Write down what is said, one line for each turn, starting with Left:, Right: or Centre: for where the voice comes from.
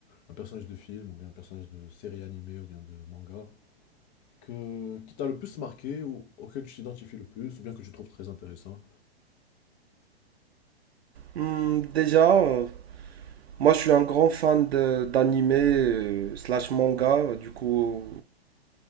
Left: un personnage de film ou bien un personnage de série animée ou bien de manga, que, qui t'a le plus marqué ou auquel tu t'identifies le plus ou bien que tu trouves très intéressant.
Right: Hmm, déjà, euh, moi je suis un grand fan de- d'anime euh, slash manga. Du coup,